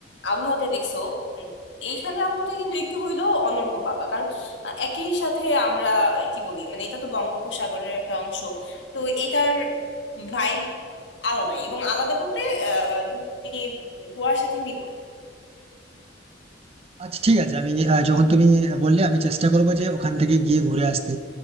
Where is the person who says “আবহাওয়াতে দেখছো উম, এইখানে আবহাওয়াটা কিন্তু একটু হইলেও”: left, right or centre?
Left